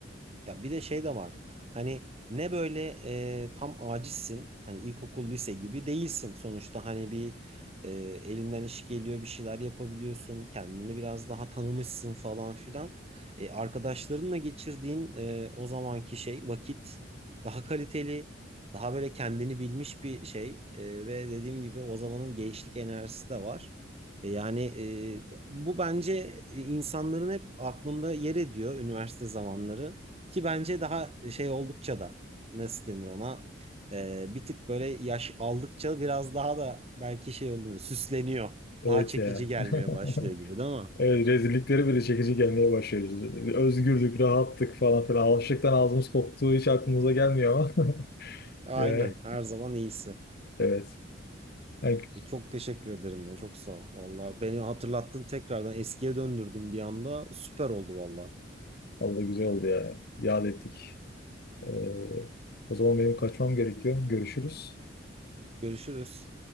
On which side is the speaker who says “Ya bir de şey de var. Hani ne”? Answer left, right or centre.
Right